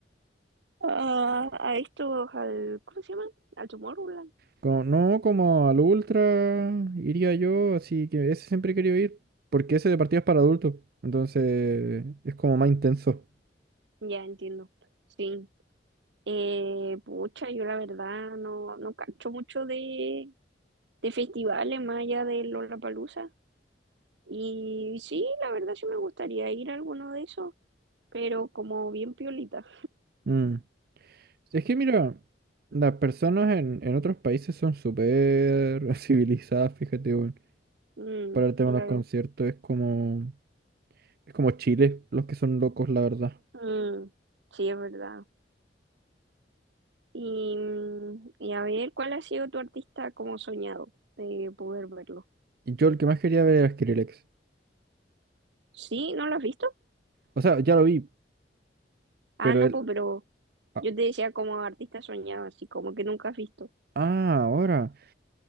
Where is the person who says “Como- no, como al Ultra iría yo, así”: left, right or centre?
Right